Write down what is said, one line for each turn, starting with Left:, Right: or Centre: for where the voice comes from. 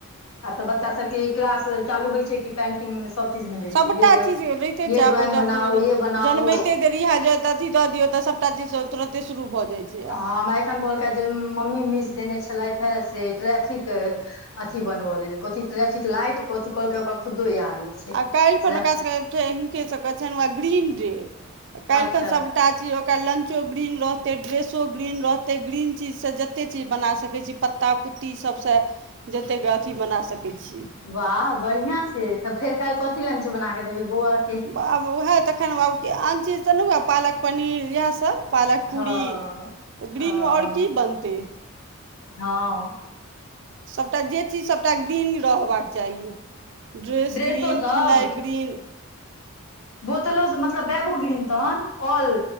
Left: आब तै बच्चा सबके क्लास चालू होय छै कि पेंटिंग मे सब चीज दै
Right: सबटा
Left: छै ये
Right: चीज रहते
Left: ये
Right: छै, आब
Left: ड्रॉइंग
Right: जब
Left: बनाओ
Right: उम्म
Left: ये बनाओ
Right: जन्मैते <unintelligible> अथी द दियौ तऽ सबटा चीज तै तुरते शुरू भऽ जाय छै।
Left: हां
Right: आब
Left: हमरा एखन कहलके जे मम्मी मिस देनय छलैथ ए से ट्रैफिक अथी बनबा लेल कथी ट्रैफिक लाइट कथी कहल के ओकरा खुद्दे याद नै छै।
Right: आ काएलखन
Left: सएह
Right: ओकरा सके फेर हिनके सबके छैन वैह ग्रीन डे काएलखन
Left: अच्छा
Right: सबटा ची ओकरा लंचो ग्रीन रहतै, ड्रेसो ग्रीन रहतै, ग्रीन चीज से जते चीज बना सकय छी, पत त्ता -पुत्ती सबसँ जतेक अथी बना सकै छी।
Left: वाह, बढ़ियां छै, तऽ फेर काइल कथी लंच बना क देबै बौआ क?
Right: आब उहैऽह तखन आब आन चीज तऽ नै उहैऽए पालक पनीर इहैए सभ पालक पूरीऽ
Left: हँ
Right: ग्रीनमे
Left: ओ
Right: और की बनतै?
Left: हँ-
Right: सभटा जे चीज सभटा ग्रीन रहबाक चाही। ड्रेस
Left: ड्रेसो
Right: ग्रीन
Left: सब
Right: खेनाइ ग्रीन
Left: बोतलो स- मतलब बैगो गिरिन तहन ऑल